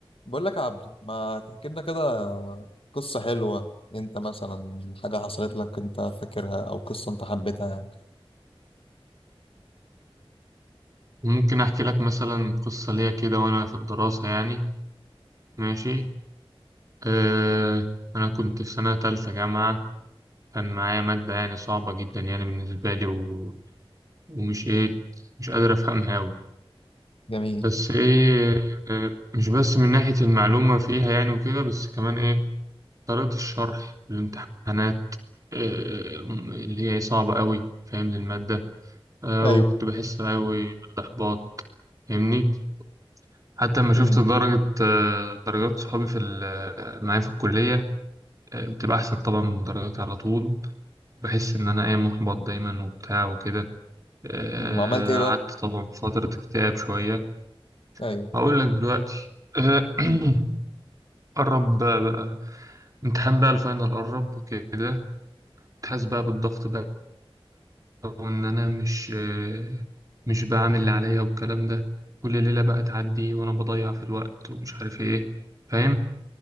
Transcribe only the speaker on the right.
ممكن أحكي لك مثلا قصة ليا كده وأنا في الدراسة يعني ماشي أه أنا كنت في سنة تالتة جامعة كان معايا مادة يعني صعبة جدا يعني بالنسبة لي و... ومش إيه مش قادر أفهمها أوي
بس إيه أه مش بس من ناحية المعلومة فيها يعني وكده بس كمان إيه طريقة الشرح الامتحانات أه اللي هي صعبة أوي فاهم المادة أه
وكنت بحس أوي بالإحباط فاهمني حتى لما شفت
درجة آه، درجات صحابي في ال- معايا في الكلية آه، بتبقى أحسن طبعا من درجاتي على طول بحس إن أنا إيه محبط دايما وبتاع وكده آه،
قعدت طبعا في فترة اكتئاب شوية
هقول لك دلوقتي آه، <clears throat> قرب بقى, بقى امتحان بقى الفاينل قرب وكده تحس بقى بالضغط بقى وإن أنا مش آه، مش بعمل اللي عليا والكلام ده كل ليلة بقى تعدي وأنا بضيع في الوقت ومش عارف إيه فاهم